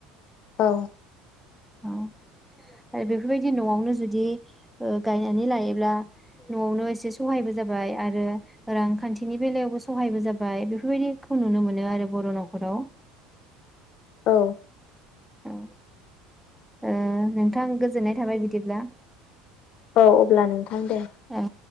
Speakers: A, on the left; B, in the centre.
A: औ
B: औ आरो बेफोरबायदि न'आवनो जुदि ओ गायनानै लायोब्ला न'आवनो एसे सहायबो जाबाय आरो रांखान्थिनि बेलायावबो सहायबो जाबाय बेफोरबायदिखौ नुनो मोनो आरो बर' न'खराव।
A: औ
B: औ ओ नोंथां गोजोननाय थाबाय बिदिब्ला
A: औ अब्ला नोंथां दे।
B: ओ